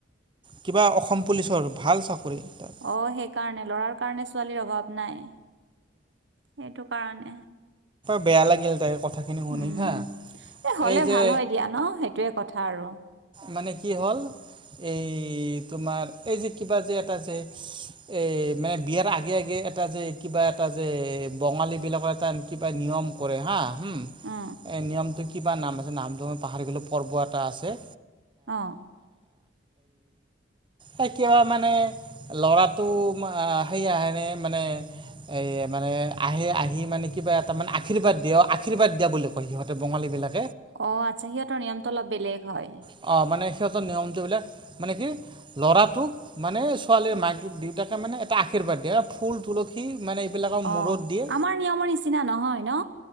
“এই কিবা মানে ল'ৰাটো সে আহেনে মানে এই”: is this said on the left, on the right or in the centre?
Right